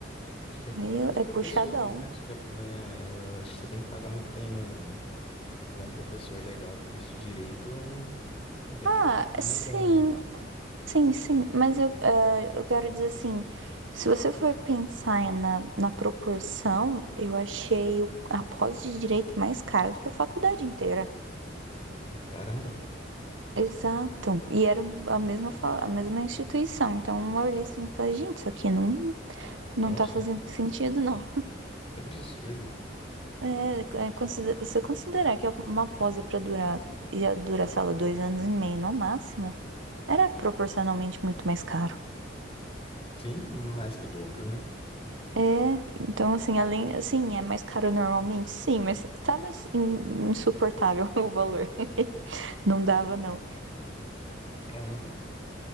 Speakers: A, on the left (about 30°); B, on the right (about 90°).
A: Acho que é por
B: meio
A: causa dos professores,
B: é puxadão.
A: né? Acho que, é, é, acho que você tem que pagar muito bem, né? Um- Se você quiser um professor legal pro curso de direito, vai
B: Ah,
A: ter que pagar uma
B: sim,
A: grana, né?
B: Sim, sim, mas eu, eh, eu quero dizer assim, se você for pensar na, na proporção, eu achei o- a pós de direito mais cara do que a faculdade inteira.
A: Caramba.
B: Exato. E era a mesma, fa- a mesma instituição. Então eu olhei assim e falei, gente, isso aqui não,
A: Nossa,
B: não tá fazendo
A: <laughs>
B: sentido, não.
A: que absurdo.
B: É, é, consider- você considerar que uma pós é pra durar, ia durar, sei lá, dois anos e meio no máximo, era proporcionalmente muito mais caro.
A: Sim, mais que o dobro, né?
B: É, então assim, além, assim, é mais caro normalmente, sim, mas tava assim, insuportável <laughs> o valor. Não dava, não.
A: Caramba.